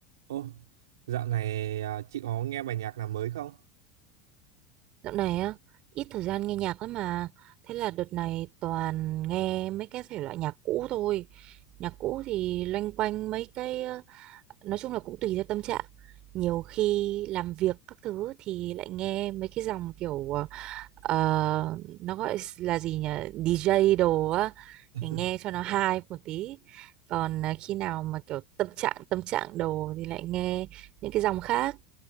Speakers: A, on the right (about 65°); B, on the right (about 45°).
A: Ô, dạo này à, chị có nghe bài nhạc nào mới không?
B: Dạo này á, ít thời gian nghe nhạc lắm mà. Thế là đợt này toàn nghe mấy cái thể loại nhạc cũ thôi. Nhạc cũ thì loanh quanh mấy cái, ờ, nói chung là cũng tùy theo tâm trạng. Nhiều khi làm việc các thứ thì lại nghe mấy cái dòng kiểu, ờ, ờ, nó gọi là gì nhỉ? DJ đồ á,
A: <laughs>
B: để nghe cho nó hay một tí. Còn ờ, khi nào mà kiểu tâm trạng, tâm trạng đồ thì lại nghe những cái dòng khác.